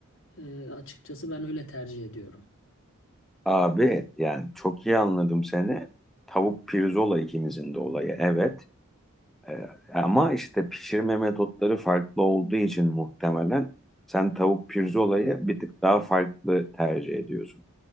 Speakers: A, on the left; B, in the centre.
A: E, açıkçası ben öyle tercih ediyorum.
B: Abi yani çok iyi anladım seni. Tavuk pirzola ikimizin de olayı evet. Ee, ama işte pişirme metotları farklı olduğu için muhtemelen sen tavuk pirzolayı bir tık daha farklı tercih ediyorsun.